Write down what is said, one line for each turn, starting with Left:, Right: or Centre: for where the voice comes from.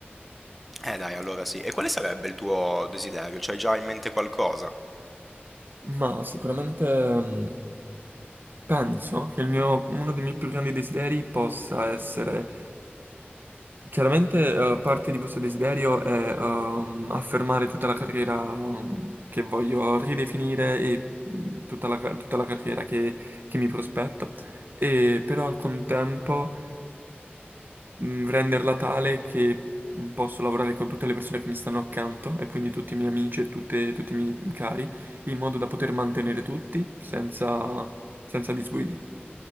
Centre: Eh dai, allora sì. E quale sarebbe il tuo desiderio? C'hai già in mente qualcosa?
Right: Ma sicuramente mh, penso che il mio- uno dei miei più grandi desideri possa essere... Chiaramente eh, parte di questo desiderio è ehm, affermare tutta la carriera ehm, che voglio ridefinire e mh, tutta la, ca- tutta la carriera che, che mi prospetto. E, però al contempo mh, renderla tale che mh, posso lavorare con tutte le persone che mi stanno accanto e quindi tutti i miei amici e tutte- tutti i miei cari, in modo da poter mantenere tutti senza, senza disguidi.